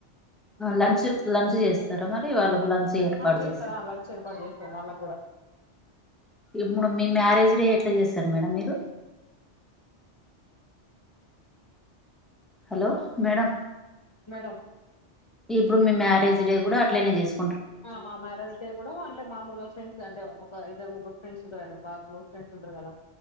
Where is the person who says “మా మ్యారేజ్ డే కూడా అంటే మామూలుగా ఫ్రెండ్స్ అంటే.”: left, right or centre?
Left